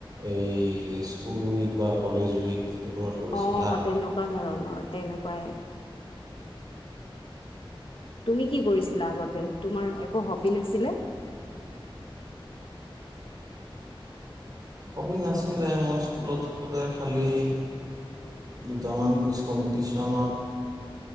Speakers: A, on the right; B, on the left.
A: এই স্কুল উইক বা কলেজ উইক সেইবোৰত কৰিছিলা?
B: অ তেনেকুৱা ধৰণৰ তেনেকুৱাই তুমি কি কৰিছিলা আগতে? তোমাৰ একো হবি নাছিলে?
A: হবি নাছিলে মই স্কুলত থাকোঁতে খালী--দুটামান কুইজ কম্পিটিশনত